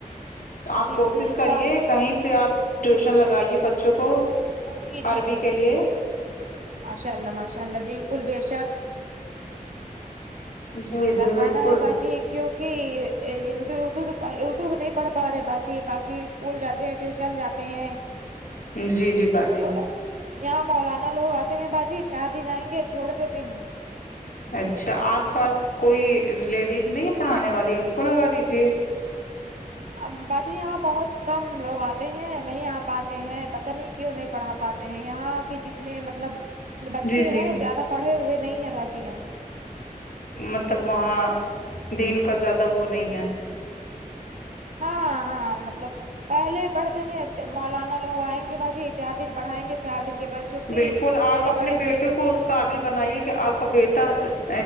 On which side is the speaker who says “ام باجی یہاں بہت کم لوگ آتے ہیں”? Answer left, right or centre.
Right